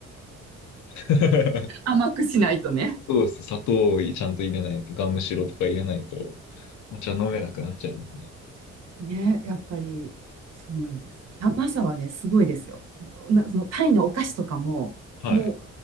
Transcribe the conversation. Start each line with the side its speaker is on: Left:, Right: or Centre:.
Left: か。<laughs>
Right: 甘くしないとね。
Left: そうです。砂糖をちゃんと入れないと、ガムシロとか入れないと、お茶飲めなくなっちゃう。
Right: ね、やっぱり、そうなんです。甘さはね、すごいですよ。な、そのタイのお菓子とかも、
Left: はい。
Right: もう、